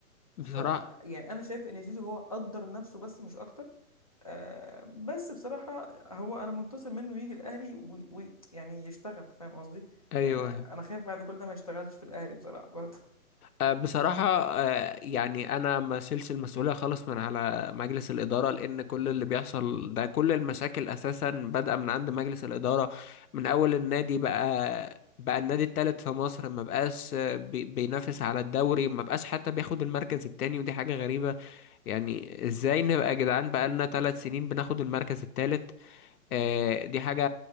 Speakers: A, on the left; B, on the left.
A: بصراحة
B: ف يعني انا شايف ان زيزو هو قدر نفسه بس مش اكتر آه بس بصراحة هو أنا منتظر منه يجي الأهلي ويعني يشتغل فاهم قصدي؟
A: ايوه
B: يعني أنا خايف بعد كل ده ما يشتغلش في الأهلي بصراحة برضه
A: آه، بصراحة آه، يعني أنا ما شيلش المسؤولية خالص من على مجلس الإدارة لأن كل اللي بيحصل ده كل المشاكل أساسا بادئة من عند مجلس الإدارة من أول النادي بقى بقى النادي التالت في مصر ما بقاش آه، بي- بينافس على الدوري ما بقاش حتى بياخد المركز التاني ودي حاجة غريبة يعني إزاي نبقى يا جدعان بقى لنا ثلاث سنين بناخد المركز التالت آه، دي حاجة